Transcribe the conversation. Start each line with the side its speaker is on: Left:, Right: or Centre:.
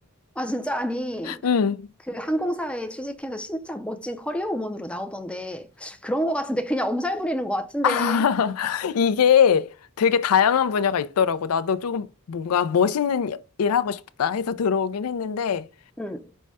Centre: 아, 진짜? 아니,
Left: 음.
Centre: 그 항공사에 취직해서 진짜 멋진 커리어 우먼으로 나오던데 그런 거 같은데 그냥 엄살 부리는 거 같은데
Left: <laughs> 이게 되게 다양한 분야가 있더라고. 나도 조금 뭔가 멋있는 일 하고 싶다 해서 들어오긴 했는데
Centre: 응,